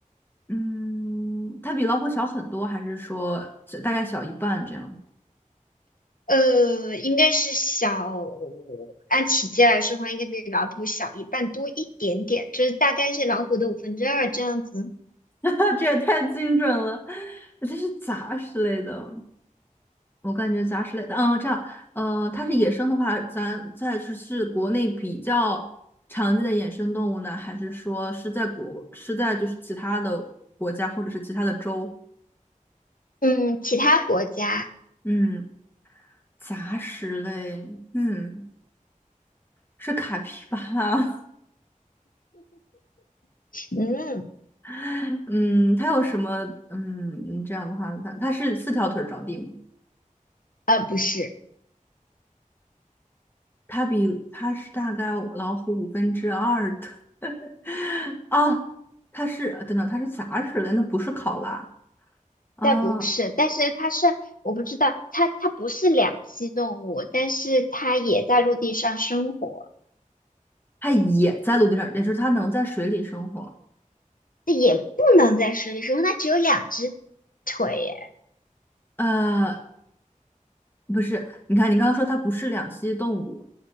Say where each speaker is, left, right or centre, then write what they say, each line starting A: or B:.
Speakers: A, on the left; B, on the left.
A: 嗯，它比老虎小很多，还是说这大概小一半这样？
B: 呃，应该是小，按体积来说的话，应该比老虎小一半多一点点，就是大概是老虎的五分之二这样子。
A: <laughs> 这也太精准了，这是杂食类的，我感觉杂食类的，嗯，这样，呃，它是野生的话，咱再就是国内比较常见的野生动物呢，还是说是在国是在就是其他的国家或者是其他的州？
B: 嗯，其他国家，
A: 嗯，杂食类，嗯，是卡皮巴拉吗。
B: 嗯，
A: <laughs> 嗯，它有什么？嗯，这样的话，它它是四条腿着地吗？
B: 呃，不是，
A: 它比它是大概老虎五分之二的 <laughs> 啊，它是等等，它是杂食的，那不是考拉啊，
B: 但不是，但是它是，我不知道，它它不是两栖动物，但是它也在陆地上生活，
A: 它也在陆地上，也就是它能在水里生活。
B: 也不能在水里生活，它只有两只腿耶。
A: 呃，不是，你看你刚刚说它不是两栖动物，